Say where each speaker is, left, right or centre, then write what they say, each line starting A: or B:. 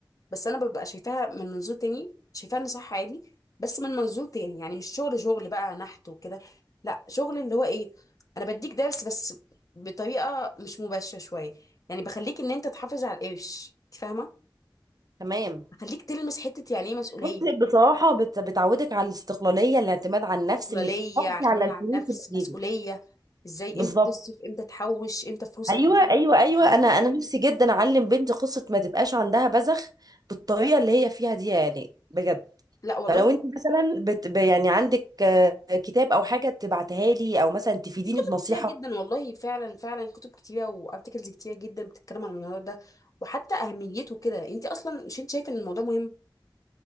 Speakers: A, on the left; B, on the right.
A: بس انا ببقى شايفاها من منظور تاني شايفاها ان صح عادي بس من منظور تاني يعني مش شغل شغل بقى نحت وكده لا شغل اللي هو ايه انا بديك درس بس بطريقه مش مباشره شويه يعني بخليك ان انت تحافظ على القرش انت فاهمه
B: تمام
A: بخليك تلمس حته يعني ايه مسؤوليه
B: بص بصراحه بت- بتعودك على الاستقلاليه الاعتماد على النفس
A: استقلاليه
B: انك تحافظي
A: اعتماد
B: على الفلوس
A: على النفس
B: اللي
A: مسؤوليه
B: بتجيبك
A: ازاي
B: بالظبط
A: امتى تصرف امتى تحوش امتى فلوسك
B: ايوه
A: دي
B: ايوه ايوه
A: فاهمه
B: انا انا نفسي جدا اعلم بنتي قصه ما تبقاش عندها بذخ بالطريقه اللي هي فيها دي يعني بجد
A: لا والله
B: فلو انت مثلا بت ب- يعني عندك آه، كتاب او حاجه تبعتها لي او مثلا تفيديني
A: في كتب
B: بنصيحه
A: كتيرة جدا والله فعلا فعلا كتب كتيرة وارتكلز كتيرة جدا بتتكلم عن الموضوع ده وحتى أهميته كده انت أصلا مش انت شايفة ان الموضوع مهم